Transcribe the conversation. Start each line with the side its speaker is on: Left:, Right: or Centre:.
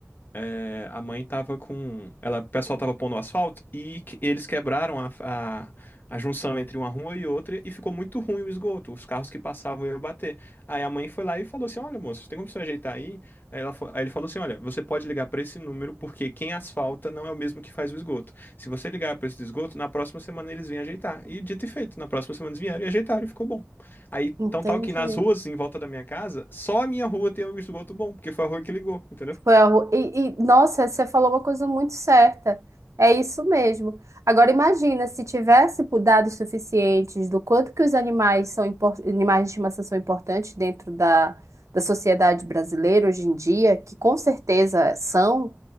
Left: é, a mãe tava com. Ela, o pessoal tava pondo asfalto e que- eles quebraram a, a, a junção entre uma rua e outra e ficou muito ruim o esgoto. Os carros que passavam iam bater. Aí a mãe foi lá e falou assim: Olha, moço, tem como você ajeitar aí? Aí, ela, fa- aí ele falou assim: Olha, você pode ligar pra esse número porque quem asfalta não é o mesmo que faz o esgoto. Se você ligar pra esse do esgoto, na próxima semana eles vêm ajeitar. E dito e feito, na próxima semana eles vieram e ajeitaram e ficou bom. Aí,
Right: Entendi.
Left: então tal que nas ruas em volta da minha casa, só a minha rua tem o esgoto bom, porque foi a rua que ligou, entendeu?
Right: Foi a rua. E, e, nossa, você falou uma coisa muito certa. É isso mesmo. Agora imagina se tivesse por dados suficientes do quanto que os animais são impor- animais de estimação são importantes dentro da, da sociedade brasileira hoje em dia, que com certeza são,